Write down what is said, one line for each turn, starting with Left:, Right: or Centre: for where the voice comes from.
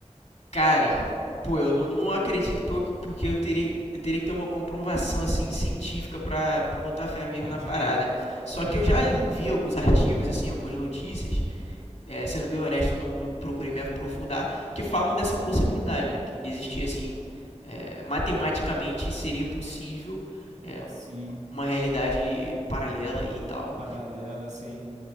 Left: Cara, pô, eu não, não acredito por- porque eu teria, eu teria que ter uma comprovação assim científica pra pra botar fé mesmo
Right: Pode
Left: na parada.
Right: crer,
Left: Só
Right: pode
Left: que eu já
Right: crer.
Left: li- vi alguns artigos assim, algumas notícias é, sendo bem honesto, não, não procurei me aprofundar, que falam dessa possibilidade, né? Que existia assim, é, matematicamente seria possível é, um-
Right: Sim,
Left: uma realidade paralela e tal.
Right: paralela, sim.